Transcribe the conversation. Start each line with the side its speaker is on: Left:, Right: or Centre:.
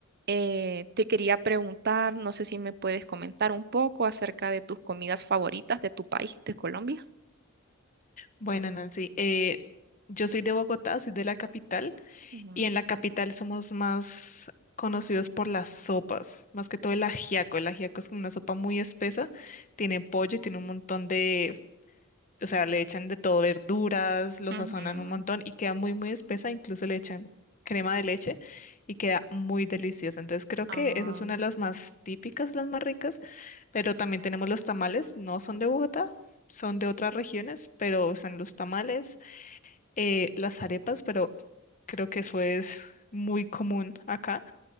Right: Eh, te quería preguntar, no sé si me puedes comentar un poco acerca de tus comidas favoritas de tu país, de Colombia.
Left: Bueno, Nancy, eh, yo soy de Bogotá, soy de la capital,
Right: Ujú.
Left: y en la capital somos más conocidos por las sopas, más que todo el ajiaco. El ajiaco es como una sopa muy espesa, tiene pollo, tiene un montón de, o sea, le echan de todo, verduras, lo
Right: Ujú.
Left: sazonan un montón y queda muy, muy espesa, incluso le echan crema de leche y queda muy deliciosa. Entonces creo que
Right: Ah,
Left: eso es una de las más típicas, las más ricas, pero también tenemos los tamales, no son de Bogotá. Son de otras regiones, pero están los tamales, eh, las arepas, pero creo que eso es muy común acá.